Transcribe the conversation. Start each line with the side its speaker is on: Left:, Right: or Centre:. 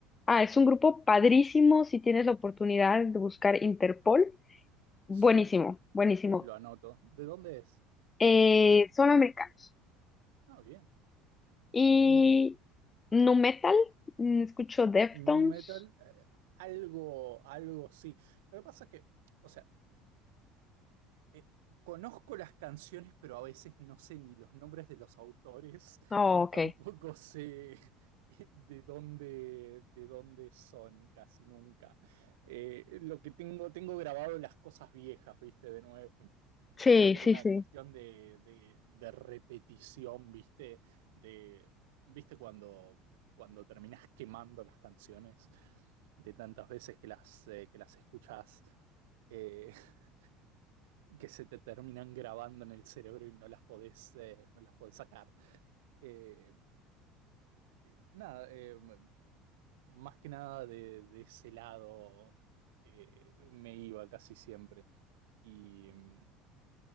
Left: Ah, es un grupo padrísimo si tienes la oportunidad de buscar Interpol. Buenísimo,
Right: Sí,
Left: buenísimo.
Right: lo anoto. ¿De dónde es?
Left: Eh, son americanos.
Right: Ah, bien,
Left: Y
Right: bien, bien, bien.
Left: nu metal, mm, escucho Deftones.
Right: New Metal, eh, algo, algo sí. Lo que pasa es que, o sea, eh, conozco las canciones, pero a veces no sé ni los nombres de los autores, <laughs>
Left: Oh,
Right: ni
Left: ok.
Right: tampoco sé eh, de dónde, de dónde son, casi nunca. Eh, lo que tengo, tengo grabado las cosas viejas, viste, de nuevo.
Left: Sí,
Right: pero por
Left: sí,
Right: una
Left: sí.
Right: cuestión de, de, de repetición, ¿viste? De, ¿Viste cuando, cuando terminás quemando las canciones de tantas veces que las, eh, que las escuchás, eh, <laughs> que se te terminan grabando en el cerebro y no las podés, eh, no las podés sacar? Eh, eh, nada, eh, más que nada de, de ese lado eh, me iba casi siempre. Y mm,